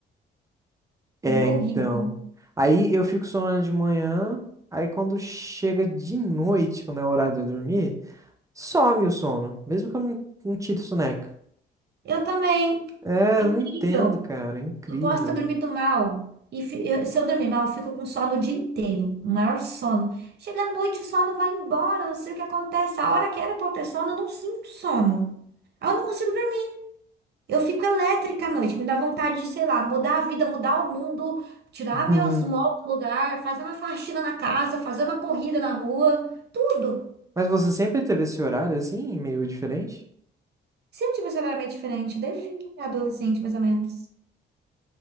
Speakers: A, on the right (about 15°); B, on the right (about 55°).
A: É,
B: É horrível.
A: então. Aí eu fico sonolento de manhã, aí quando chega de noite, quando é o horário de eu dormir, some o sono, mesmo que eu não, não tire soneca.
B: Eu também.
A: É,
B: É
A: eu
B: incrível.
A: não entendo, cara, é incrível.
B: Eu posso ter dormido mal. E fi- eu- se eu dormir mal, eu fico com sono o dia inteiro. O maior sono. Chega à noite, o sono vai embora. Não sei o que acontece. A hora que era pra eu ter sono, eu não sinto sono. Aí Eu não consigo dormir. Eu fico elétrica à noite. Me dá vontade de, sei lá, mudar a vida, mudar o mundo, tirar
A: <laughs>
B: meus móveis do lugar, fazer uma faxina na casa, fazer uma corrida na rua. Tudo.
A: Mas você sempre teve esse horário assim, meio diferente?
B: Sempre tive esse horário meio diferente, desde adolescente, mais ou menos.